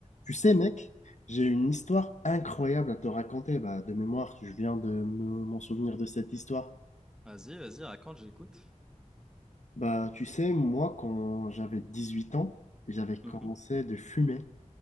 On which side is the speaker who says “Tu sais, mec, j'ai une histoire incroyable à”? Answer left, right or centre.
Left